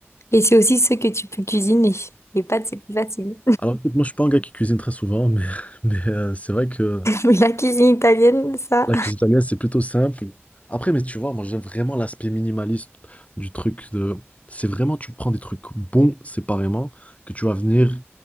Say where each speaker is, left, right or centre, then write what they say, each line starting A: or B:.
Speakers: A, on the left; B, on the left.
A: Et c'est aussi ce que tu peux cuisiner. Les pâtes, c'est plus facile.
B: Alors écoute, moi je suis pas un gars qui cuisine très souvent, mais <laughs> mais euh, c'est vrai que
A: <laughs> Mais la cuisine italienne, ça.
B: La cuisine italienne, c'est plutôt simple. Après, mais tu vois, moi, j'aime vraiment l'aspect minimaliste du truc de... C'est vraiment, tu prends des trucs bons séparément, que tu vas venir